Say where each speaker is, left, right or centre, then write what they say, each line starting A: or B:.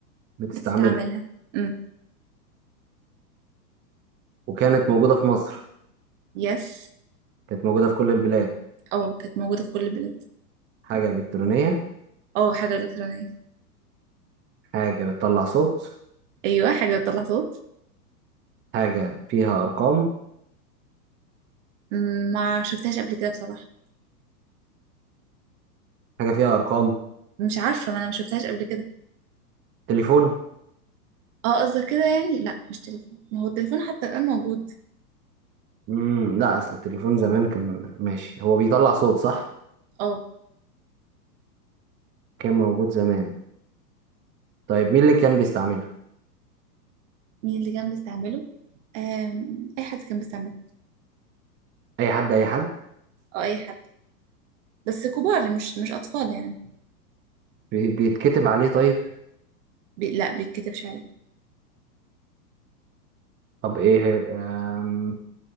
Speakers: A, on the right; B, on the right.
A: بتستعملها
B: بتستعملها امم
A: وكانت موجودة في مصر
B: يس
A: كانت موجودة في كل البلاد
B: اه كانت موجودة في كل البلاد
A: حاجة إلكترونية
B: اه حاجة إلكترونية
A: حاجة بتطلع صوت
B: ايوه حاجة بتطلع صوت
A: حاجة فيها أرقام
B: مم، ما شفتهاش قبل كده بصراحة
A: حاجة فيها أرقام
B: مش عارفة ما انا ما شفتهاش قبل كده
A: تليفون
B: اه قصدك كده يعني لا مش تليفون ما هو التليفون حتى الآن موجود
A: مم لا أصل التليفون زمان كان ماشي هو بيطلع صوت صح
B: اه
A: كان موجود زمان طيب مين اللي كان بيستعمله
B: مين اللي كان بيستعمله آم، اي حد كان بيستعمله
A: أي حد أي حد
B: اه اي حد بس كبار مش مش اطفال يعني
A: بي- بيتكتب عليه طيب
B: بي لا بيتكتبش عليه
A: طب إيه هي- آم،